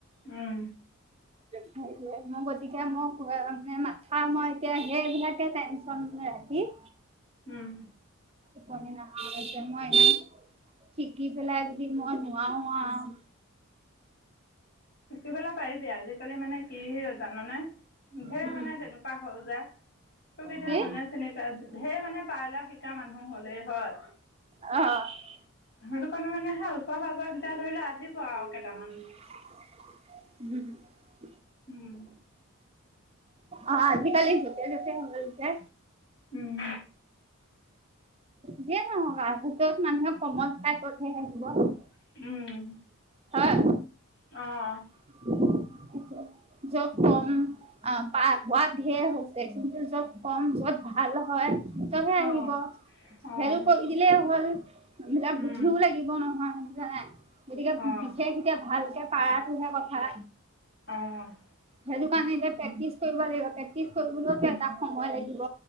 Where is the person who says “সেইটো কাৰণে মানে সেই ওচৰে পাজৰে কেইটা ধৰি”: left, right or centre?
Left